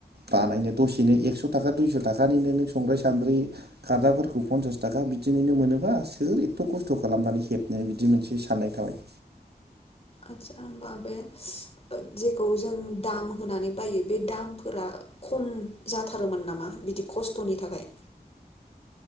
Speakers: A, on the right; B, on the left.
A: बानायनो दसेनो एकस' थाखा दुइस' थाखानिनो नों संग्राय सान्द्रै खादाफोरखौ फन्सास थाखा बिदिनिनो मोनोबा सोर एथथ' खस्थ' खालामनानै हेबनो बिदि मोनसे साननाय थाबाय।
B: आदसा होमबा, बे जेखौ जों दाम होनानै बायो बे दामफोरा खम जाथारोमोन नामा? बिदि खस्थ'नि थाखाय।